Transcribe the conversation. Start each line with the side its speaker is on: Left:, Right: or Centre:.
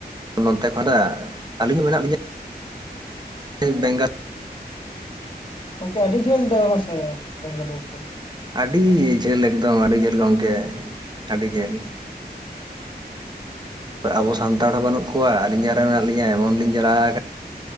Right: ᱱᱚᱱᱛᱮ ᱠᱷᱚᱱᱟᱜ ᱟᱹᱞᱤᱧ ᱦᱚᱸ ᱢᱮᱱᱟᱜ ᱞᱤᱧᱟᱹ᱾ ᱵᱮᱝᱜᱟᱞ,
Left: ᱜᱚᱢᱠᱮ ᱟᱹᱰᱤ ᱡᱷᱟᱹᱞ ᱫᱚ ᱢᱟᱥᱮ ᱵᱮᱝᱜᱟᱞᱩᱨᱩ ᱫᱚ᱾
Right: ᱟᱹᱰᱤ ᱡᱷᱟᱹᱞ ᱮᱠᱫᱚᱢ ᱟᱹᱰᱤ ᱡᱷᱟᱹᱞ ᱜᱚᱢᱠᱮ ᱟᱹᱰᱤ ᱡᱷᱟᱹᱞ ᱟᱵᱚ ᱥᱟᱱᱛᱟᱲ ᱦᱚᱸ ᱵᱟᱹᱱᱩᱜ ᱠᱚᱣᱟ ᱟᱹᱞᱤᱧ ᱡᱟᱦᱟᱸᱨᱮ ᱢᱮᱱᱟᱜ ᱞᱤᱧᱟᱹ ᱮᱢᱚᱱ ᱞᱤᱧ ᱡᱟᱞᱟ ᱟᱠᱟᱱᱟ᱾